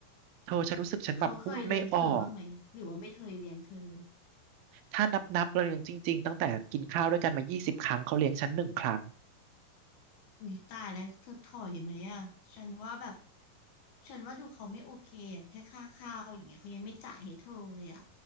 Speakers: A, on the right; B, on the left.
A: เธอฉันรู้สึกฉันแบบพูดไม่ออก
B: เขาเคยเลี้ยงเธอบ้างไหมหรือว่าไม่เคยเลี้ยงเธอ
A: ถ้านับนับเลยจริงๆตั้งแต่กินข้าวด้วยกันมายี่สิบครั้งเขาเลี้ยงฉันหนึ่งครั้ง
B: อุ้ยตายแล้วเธอถอยไหมอ่ะฉันว่าแบบ ฉันว่าดูเขาไม่โอเคอะแค่ค่าข้าวอย่างเงี้ยเขายังไม่จ่ายให้เธอเลยอ่ะ